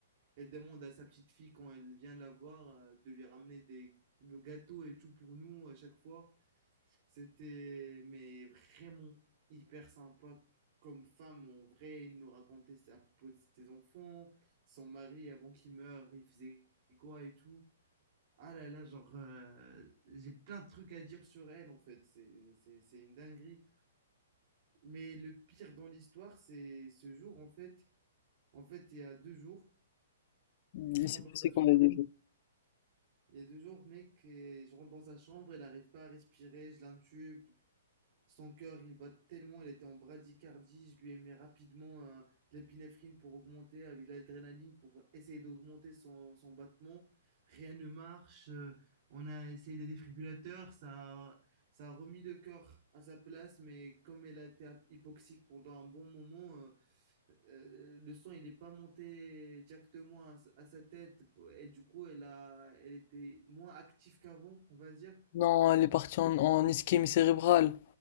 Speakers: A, on the right; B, on the left.
A: elle demande à sa petite fille quand elle vient la voir euh, de lui ramener des gâteaux et tout pour nous à chaque fois. C'était mais vraiment hyper sympa comme femme en vrai. Il nous racontait à propos de ses enfants, son mari avant qu'il meure, il faisait quoi et tout. Ah là là, genre, euh, j'ai plein de trucs à dire sur elle en fait. C'est c'est- c'est une dinguerie. Mais le pire dans l'histoire, c'est ce jour en fait. En fait, il y a deux jours,
B: Il
A: je rentre
B: s'est
A: dans
B: passé
A: sa
B: quoi
A: chambre.
B: là déjà?
A: Il y a deux jours, mec, et je rentre dans sa chambre, elle n'arrive pas à respirer, je l'intube. Son cœur, il bat tellement, il était en bradycardie. Je lui ai mis rapidement euh, de l'épinéphrine pour augmenter, avec de l'adrénaline pour essayer d'augmenter son, son battement. Rien ne marche. euh, on a essayé des défibrillateurs, ça, ça a remis le cœur à sa place, mais comme elle a été hypoxique pendant un bon moment, euh, euh, le sang il n'est pas monté directement à, à sa tête et du coup elle a elle était moins active qu'avant on va dire
B: Non, elle est partie en, en ischémie cérébrale.